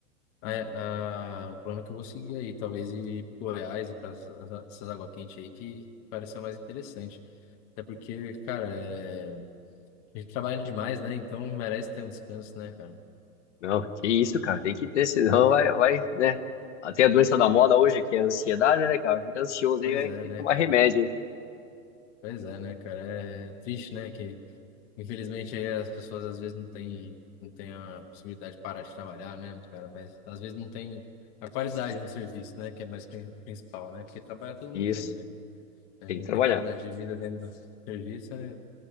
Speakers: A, on the left (about 20°); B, on the left (about 50°).
A: a- a- o plano que eu vou seguir aí. Talvez ir para Goiás e para essas água quente aí que pareceu mais interessante. Até porque, cara, é, a gente trabalha demais, né? Então merece ter um descanso, né, cara?
B: Não, que isso, cara, tem que ter, senão vai, vai, né? Até a doença da moda hoje, que é a ansiedade, né, cara? Fica ansioso
A: Pois
B: aí, aí
A: é,
B: tem
A: né,
B: que tomar
A: cara?
B: remédio, hein?
A: Pois é, né, cara? É triste, né, que Infelizmente, aí as pessoas às vezes não têm, não têm a possibilidade de parar de trabalhar, né, cara? Mas às vezes não tem a qualidade no serviço, né? Que é mais prin- principal, né? Porque trabalhar todo mundo tem,
B: Isso,
A: né? Mas
B: tem
A: Não
B: que trabalhar.
A: tem qualidade de vida dentro do serviço é